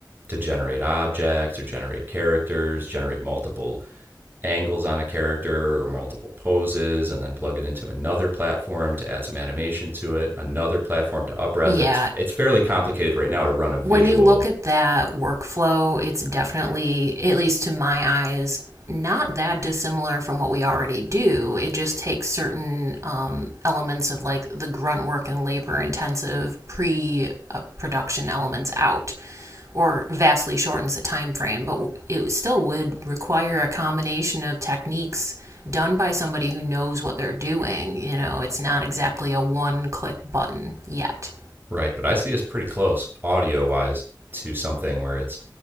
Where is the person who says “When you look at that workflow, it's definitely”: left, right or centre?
Right